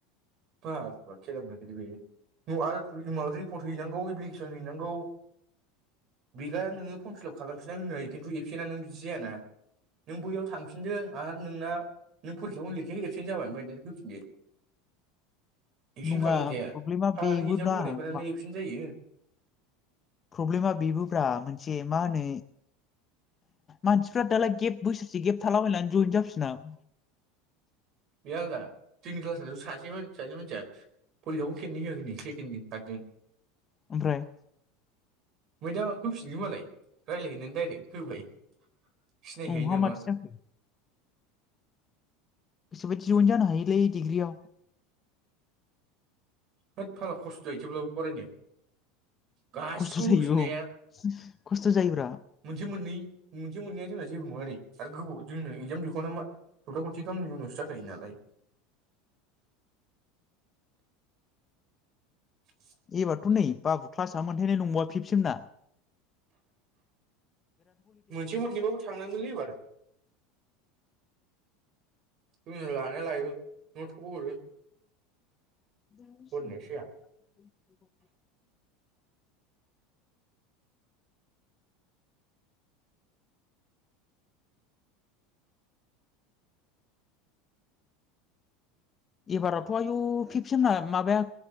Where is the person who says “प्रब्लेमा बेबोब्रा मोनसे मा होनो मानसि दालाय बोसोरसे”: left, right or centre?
Left